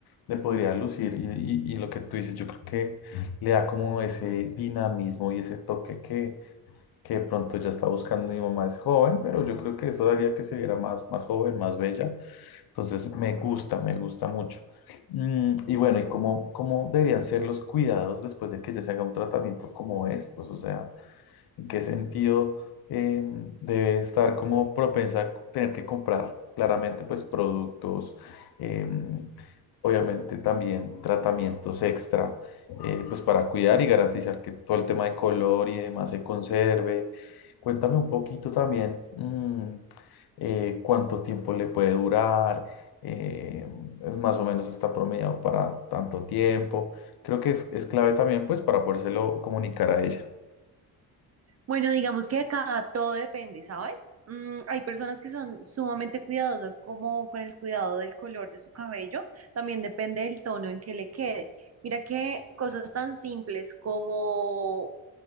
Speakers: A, on the left; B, on the right.
A: le podría lucir y, y- y lo que tú dices, yo creo que le da como ese dinamismo y ese toque que, que de pronto ya está buscando. Mi mamá es joven, pero yo creo que eso daría que se viera más, más joven, más bella. Entonces, me gusta, me gusta mucho. Mm, y bueno, ¿y cómo, cómo deberían ser los cuidados después de que ya se haga un tratamiento como estos? O sea, ¿En qué sentido eh, debe estar como propensa a tener que comprar claramente pues productos, eh, obviamente también tratamientos extra, eh, pues para cuidar y garantizar que todo el tema de color y demás se conserve? Cuéntame un poquito también mm, eh, cuánto tiempo le puede durar, eh, es más o menos está promediado para tanto tiempo. Creo que es, es clave también pues para podérselo comunicar a ella.
B: Bueno, digamos que acá todo depende, ¿sabes? Mm, hay personas que son sumamente cuidadosas como con el cuidado del color de su cabello, también depende del tono en que le quede. Mira que cosas tan simples como